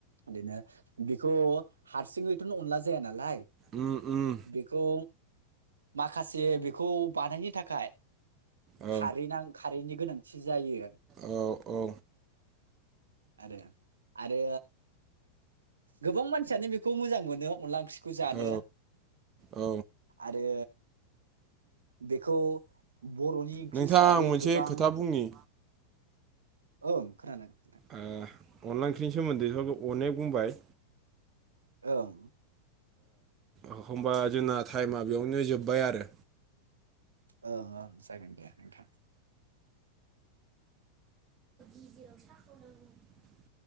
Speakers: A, on the right; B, on the right.
A: ओ बेखौ हारसिङैथ'नो अनला जाया नालाय
B: उम उम
A: बेखौ माखासे बेखौ बानायनो थाखाय
B: औ
A: खारै नां खारैनि गोनांथि जायो।
B: औ औ
A: आरो आरो गोबां मानसियानो बेखौ मोजां मोनो अनला ओंख्रि खौ जानो
B: औ औ
A: आरो बेखौ बर'नि ओंख्रि
B: नोंथां
A: हिसाबै
B: आं मोनसे
A: गोबां
B: खोथा बुंनि
A: ओं खोनादों
B: ओ अनला ओख्रिनि सोमोन्दै <unintelligible> अनेग बुंबाय
A: ओं
B: एखमबा जोंना टाइमा बेयावनो जोब्बाय आरो
A: ओं ओं जागोन दे नोंथां
B: गिेजिराव साखाव नांगौ <unintelligible>